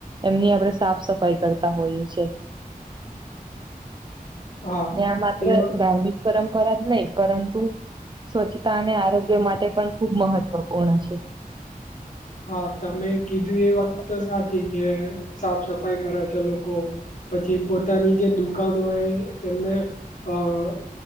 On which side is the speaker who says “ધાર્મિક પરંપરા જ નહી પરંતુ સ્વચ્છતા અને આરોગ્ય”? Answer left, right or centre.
Right